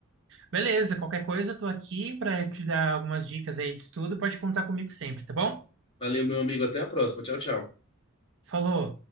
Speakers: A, on the right; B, on the left.
A: Beleza, qualquer coisa, eu tô aqui para te dar algumas dicas aí de estudo. Pode contar comigo sempre, tá bom?
B: Valeu, meu amigo. Até a próxima. Tchau, tchau.
A: Falou!